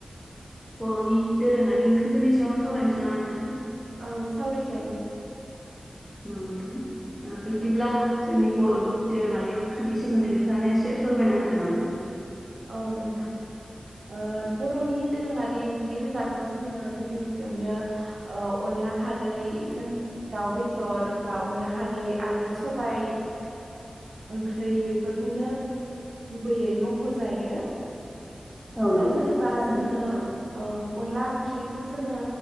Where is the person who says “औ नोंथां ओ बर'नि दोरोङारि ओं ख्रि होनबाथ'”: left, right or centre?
Right